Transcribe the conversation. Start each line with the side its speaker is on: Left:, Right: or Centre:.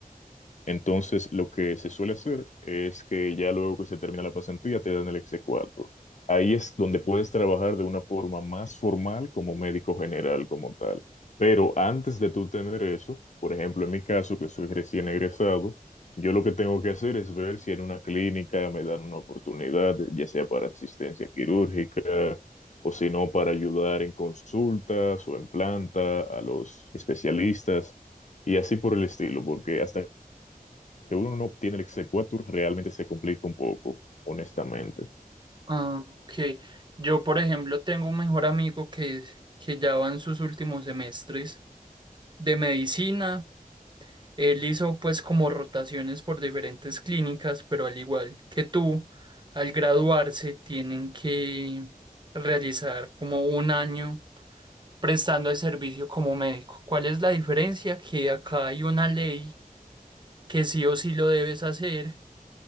Left: Entonces, lo que se suele hacer es que ya luego que se termina la pasantía te dan el exequatur. Ahí es donde puedes trabajar de una forma más formal como médico general, como tal. Pero antes de tú tener eso, por ejemplo, en mi caso, que soy recién egresado, yo lo que tengo que hacer es ver si en una clínica me dan una oportunidad, ya sea para asistencia quirúrgica o si no para ayudar en consultas o en planta a los especialistas y así por el estilo, porque hasta que uno no obtiene el exequatur realmente se complica un poco, honestamente.
Right: Ah, ok. Yo, por ejemplo, tengo un mejor amigo que, que ya va en sus últimos semestres de medicina. Él hizo pues como rotaciones por diferentes clínicas, pero al igual que tú, al graduarse tienen que realizar como un año prestando el servicio como médico. ¿Cuál es la diferencia? Que acá hay una ley que sí o sí lo debes hacer